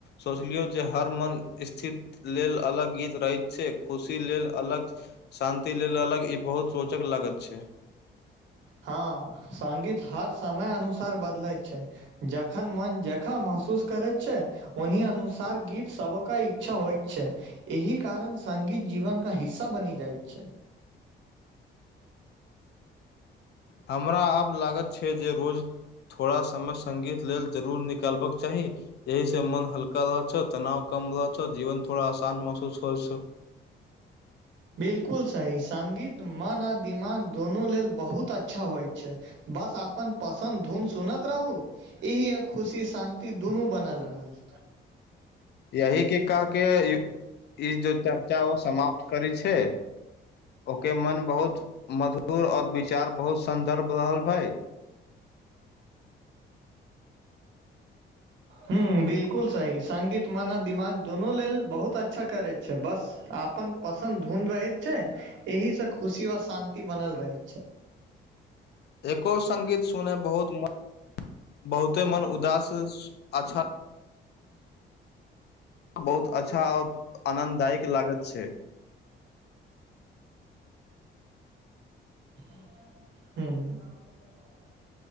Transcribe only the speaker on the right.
हँ सङ्गीत हर समय अनुसार बदलैत छै जखन मन जखं महसूस करैत छै उन्ही अनुसार गीत सब कऽ इच्छा होइत छै एही कारण संगीत जीवनके हिस्सा बनी जाइत छै
बिल्कुल सही सङ्गीत मन आ दिमाग दोनों लेल बहुत अच्छा होइत छै बस अआपन पसंद धुन सूनेत रहू ई आ खुशी शान्ति दूनू बनल रहल
हू बिलकुल सही सङ्गीत मन आ दिमाग दोनो लेल बहुत अच्छा करैत छै बस अपन पसन्द धुन रहैत छै एही सँ खुशी व शान्ति बनल रहैत छै
हूं